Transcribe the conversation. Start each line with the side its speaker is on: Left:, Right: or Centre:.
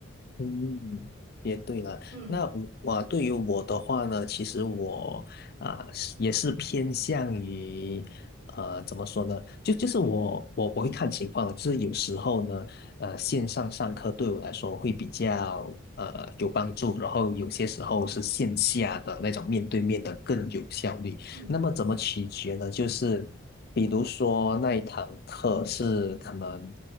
Left: 嗯，也对了。
Right: 嗯
Left: 那我哇对于我的话呢，其实我啊、是也是偏向于呃怎么说呢？就就是我我我会看情况，就是有时候呢，呃，线上上课对我来说会比较呃有帮助，然后有些时候是线下的那种面对面的更有效率。
Right: 嗯嗯
Left: 那么怎么取决呢？就是比如说那一堂课是可能